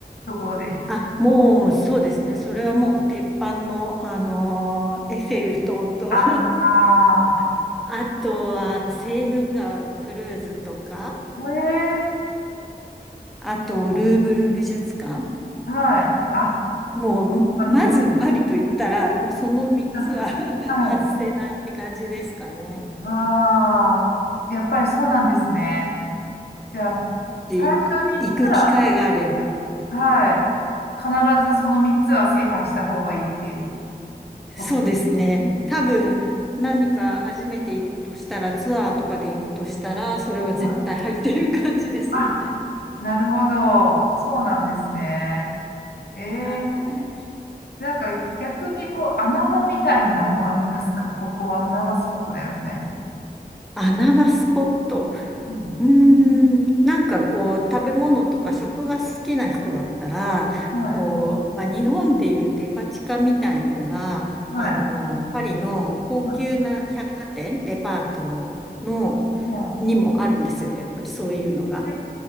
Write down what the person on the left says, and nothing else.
ところで。
ああ、
え
えはい。あ、
そう
なんですね。
<laughs>
あはい。
ああ、やっぱりそうなんですね。じゃあ、最初に言ったら、
はい、必ずその3つは制覇した方がいいっていう
ことです。
はいあ、なるほど。そうなんですね。ええ
なんか逆にこう穴場みたいなのありますかここは穴場スポットだよみたいな。
うん。
はい。
はい。
は
い。は
い。え